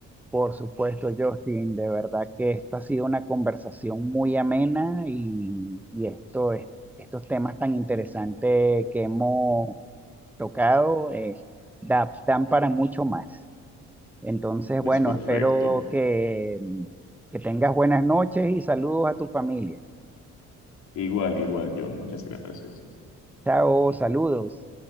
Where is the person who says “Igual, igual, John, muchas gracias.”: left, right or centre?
Left